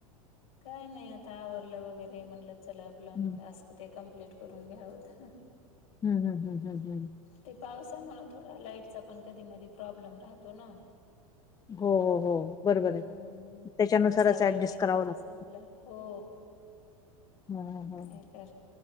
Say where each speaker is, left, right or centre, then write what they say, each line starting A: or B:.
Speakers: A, on the left; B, on the left.
A: काय नाही. आता आवरलं वगैरे म्हणलं चला आपलं
B: हम्म
A: टास्क त ते, कम्प्लीट करून घ्यावत.
B: हम ह ह ह ह,
A: ते पावसामुळे थोडा लाईटचा पण कधी- मधी प्रॉब्लेम राहतो ना,
B: <inaudible> हो बरोबर
A: हम्म
B: आहे त्याच्यानुसारच
A: जसा वेळ
B: ऍडजस्ट
A: मिळेल
B: करावं लागतं.
A: तस आपलं हो
B: हा हा
A: काय तर